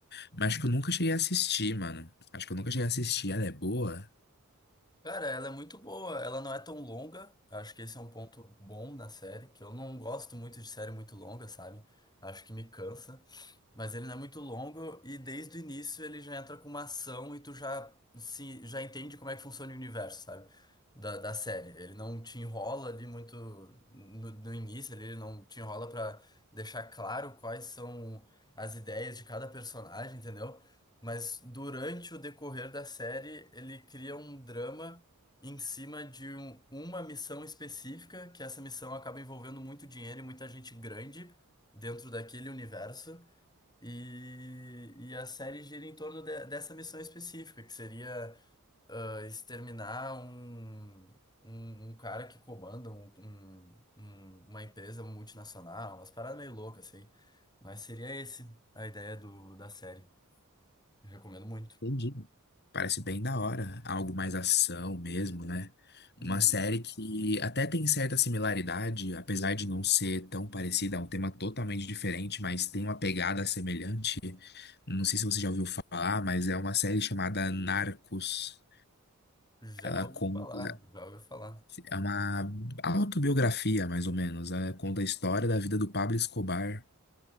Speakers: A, on the left; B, on the left.
A: Mas acho que eu nunca cheguei a assistir, mano. Acho que eu nunca cheguei a assistir. Ela é boa?
B: Cara, ela é muito boa, ela não é tão longa. Acho que esse é um ponto bom da série, que eu não gosto muito de série muito longa, sabe? Acho que me cansa. Mas ele não é muito longo e desde o início ele já entra com uma ação e tu já se já entende como é que funciona o universo, sabe? Da, da série. Ele não te enrola ali muito no, no início, ali, ele não te enrola pra deixar claro quais são as ideias de cada personagem, entendeu? Mas durante o decorrer da série, ele cria um drama em cima de um- uma missão específica, que essa missão acaba envolvendo muito dinheiro e muita gente grande dentro daquele universo. E, e a série gira em torno de- dessa missão específica, que seria ah, exterminar um, um, um cara que comanda um, um- um- uma empresa multinacional, umas paradas meio loucas, assim. Mas seria esse a ideia do, da série. Eu recomendo muito.
A: Entendi. Parece bem da hora, algo mais ação mesmo, né?
B: Uhum.
A: Uma série que até tem certa similaridade, apesar de não ser tão parecida, é um tema totalmente diferente, mas tem uma pegada semelhante. Não sei se você já ouviu falar, mas é uma série chamada Narcos.
B: Já
A: Ela
B: ouvi
A: conta,
B: falar, já ouvi falar.
A: é uma autobiografia, mais ou menos. Ela conta a história da vida do Pablo Escobar.